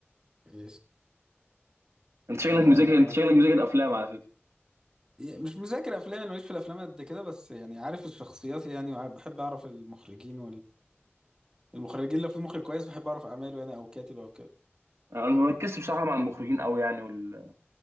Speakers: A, on the right; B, on the right.
A: ايش
B: أنت شكلك
A: آه
B: مذاكر أنت شكلك مذاكر أفلام على فكرة
A: مش مذاكر افلام انا ماليش في الافلام قد كده بس يعني عارف الشخصيات يعني وعارف- بحب اعرف المخرجين والمخرجين لو في مخرج كويس بحب اعرف اعماله انا او كاتب او كده
B: أنا ما بركزش بصراحة مع المخرجين أوي يعني وال...